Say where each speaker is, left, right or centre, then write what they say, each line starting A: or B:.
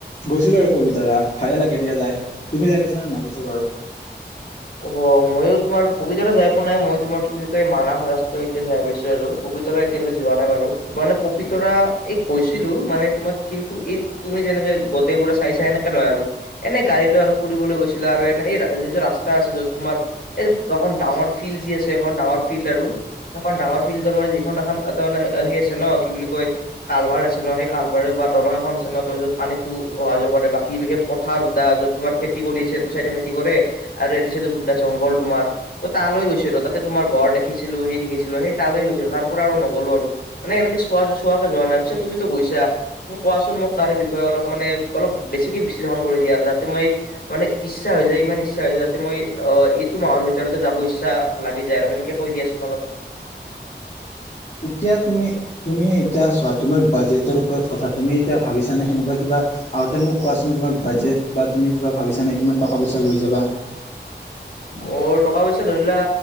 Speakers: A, on the left (about 40°); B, on the left (about 55°).
A: গৈছিলো আৰু পবিতৰা ভালে লাগে দিয়া যাই। তুমি যাই পাইচানে নাই পিছে বাৰু <unintelligible>
B: অ মইয়ো তোমাৰ পবিতৰা যাই পোৱা নাই, মই তোমাৰ কি বুলি কয় মানাহ ৰাষ্ট্ৰীয় উদ্যান যাই পাইছো আৰু। <unintelligible> পবিতৰা এতিয়ালৈ যোৱা নাই বাৰু, মানে পপিতৰা এই গৈছিলো মানে তোমাৰ কিন্তু এই <unintelligible> তুমি যেনেকে গোটেইবোৰে চাইছা সেনেকে নহয় আৰু। <unintelligible> এনেই গাড়ী লৈ আৰু ফুৰিবলৈ গৈছিলো আৰু এনে এই যি যে ৰাস্তা <unintelligible> <unintelligible> ৰাস্তা আছে যত তোমাৰ এই এখন ডাঙৰ ফিল্ড যি আছে এখন ডাঙৰ ফিল্ড আৰু <inaudible> এখন ডাঙৰ ফিল্ডৰ মানে যিখন এখন এটা মানে সেই আছে ন কি বুলি কয় <inaudible> কালভাৰ আছে‌ ন সেই কালভাৰ বা দলং এখন আছে ন ত য'ত পানীতো অহা যোৱা কৰে বাকী বিশেষ <unintelligible> পথাৰ <unintelligible> যত তোমাৰ খেতি কৰিছে এইটো চাইডে খেতি কৰে আৰু এইটো চাইডে গোটেই জংঘল তোমাৰ। <inaudible> ত' তালৈ গৈছিলোঁ, তাতে তোমাৰ গঁড় দেখিছিলো, সেই দেখিছিলো, সেই তালৈ গৈছিলো তাৰ পৰা আৰু নগলো আৰু। <unintelligible> মানে এনেকে চোৱা-চোৱাকে যোৱা নাই। পিছে তুমিতো গৈছা? <unintelligible> মোক কোৱাচোন মোক তাৰে বিষয়ে অলপ মানে অলপ বেছিকে বিশ্লেষণ কৰি দিয়া আৰু যাতে মই <unintelligible> মানে ইচ্ছা হৈ যায়, ইমান ইচ্ছা হৈ যায় <unintelligible> মই অ এইটো মাহৰ ভিতৰতে যাব ইচ্ছা লাগি যায় আৰু সেনেকে কৈ দিয়াচোন অলপ <unintelligible>
A: এতিয়া তুমি <inaudible> তুমি এতিয়া চোৱা তোমাৰ বাজেটৰ ওপৰত কথা তুমি এতিয়া ভাবিছা নে সেনেকুৱা কিবা <unintelligible> আগতে মোক কোৱাচোন তোমাৰ বাজেট বা তুমি কিবা ভাবিছা নে কিমান টকা-পইচা লৈ যাবা? <unintelligible>
B: মোৰ টকা পইচা ধৰি লোৱা